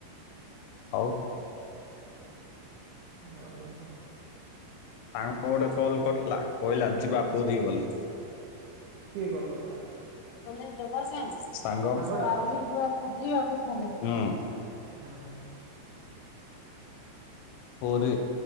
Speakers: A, on the left; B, on the right.
A: ହଉ
B: ହଁ ଆଉ କଥା
A: ସାଙ୍ଗ ଗଟେ କଲ କରିଥିଲା କହିଲା ଯିବା ପୁରୀ ବୋଲି।
B: କିଏ କଲ କରିଥିଲା?
A: ସାଙ୍ଗ
B: ସାଙ୍ଗଟା
A: ହୁଁ।
B: ହୁଁ ହୁଁ।
A: ପୁରୀ